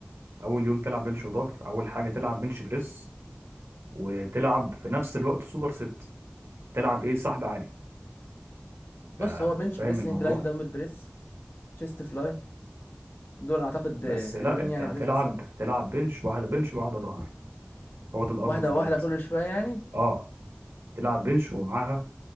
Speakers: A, on the right; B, on the left.
A: اول يوم تلعب بنش وظهر اول حاجه تلعب بنش بريس وتلعب في نفس الوقت سوبر ست تلعب ايه سحب عالي ف-
B: بص هو بنش
A: فاهم
B: بريس
A: الموضوع
B: انكلاين دمبل بريس تشيست فلاي دول اعتقد
A: بس
B: آه، حلوين
A: لا انت
B: يعني
A: هتلعب
B: بالنسبه للصدر
A: تلعب بنش واحده بنش واحده ظهر هو ده الارنولد
B: واحده
A: سبليت
B: واحده كل شويه يعني
A: اه تلعب بنش ومعاها